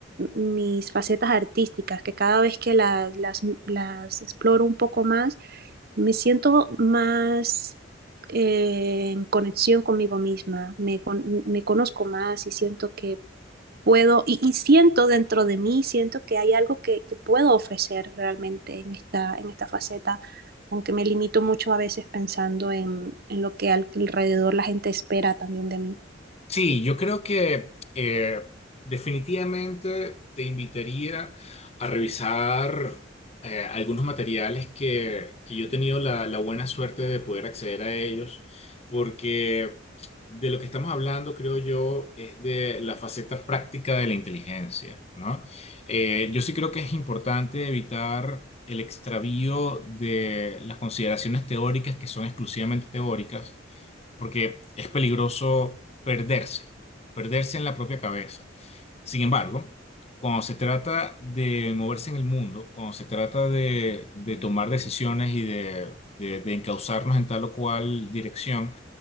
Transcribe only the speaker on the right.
mis facetas artísticas, que cada vez que las, las, las exploro un poco más, me siento más eh, en conexión conmigo misma, me, me, conozco más y siento que puedo, y, y siento dentro de mí, siento que hay algo que, que, puedo ofrecer realmente en esta, en esta faceta, aunque me limito mucho a veces pensando en, en lo que alrededor la gente espera también de mí.